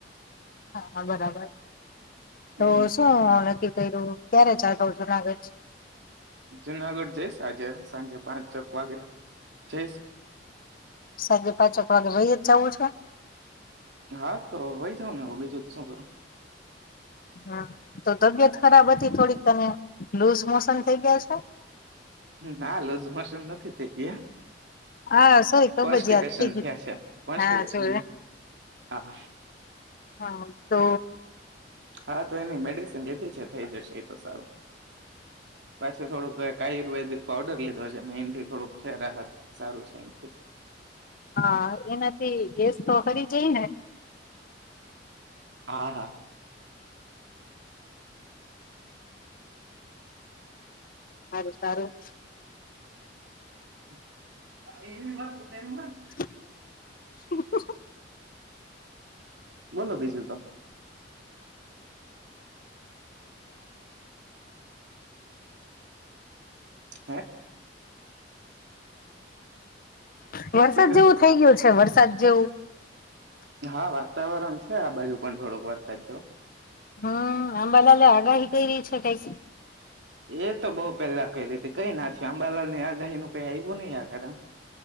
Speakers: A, on the left; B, on the right.
A: હા-હા બરાબર. તો
B: હમ
A: શું નકી કર્યું, ક્યારે ચાલ સૌજ ના આવેે છે.
B: જુનાગઢ જઈશ આજે સાંજે પાંચ ચક વાગે જઈશ.
A: સાંજે પાંચેક વાગે વહી જ જવું છે
B: હા તો હોય જાવ ને બીજું. શું કરું?
A: હમ તો તબિયત ખરાબ હતી થોડીકને લૂઝ મોશન થઈ ગયા છે?
B: ના લોઝ મશન નથી થઈ ગયા.
A: હા, સોય ખબ
B: કોન્સ્ટિપેશન
A: જ યાદ થઈ ગય
B: થયા છે કોન્સ્ટિપેશન
A: હા
B: હા
A: હા તો
B: હા તો એની મેડિસિન લીધી છે થઇ જશે એ તો સારું પાછું થોડુક તો એક આયુર્વેદિક પાવડર લીધો છે મે એનથી થોડુંક છે રાહત સારું છે એનથી
A: હા એનાથી ગેસ તો ખરી જાય ને
B: હા હા
A: સારું-સારું.
B: <unintelligible>
A: <inaudible>
B: બોલો બીજું તો
A: <unintelligible> <inaudible> <unintelligible>
B: હે
A: વરસાદ
B: શું કીધું
A: જેવું થઇ ગયો છે વરસાદ <unintelligible>
B: હા વાત વાતાવરણ છે આ બાજુ પણ થોડોક વરસાદ જેવુ
A: હમ આંબાલાલે આગાહી કયરી છે કઈક
B: એ તો બઉ પેલા કઈ રી તી કઈ ના થીયુ અંબાલાલ ની આગાહી નું કઈ આવ્યું નહી આખરે